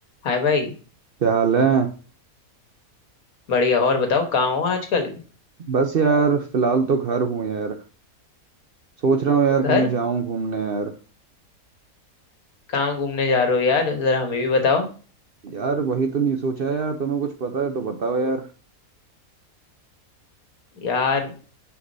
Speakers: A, on the left (about 80°); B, on the right (about 50°).
A: हाय भाई
B: क्या हाल है
A: बढ़िया और बताओ कहाँ हो आजकल
B: बस यार फिलहाल तो घर हूँ यार सोच रहा हूँ यार
A: घर
B: कहीं जाऊं घूमने यार
A: कहाँ घूमने जा रहे हो यार जरा हमें भी बताओ
B: यार वही तो नहीं सोचा है यार तुम्हें कुछ पता है तो बताओ यार
A: यार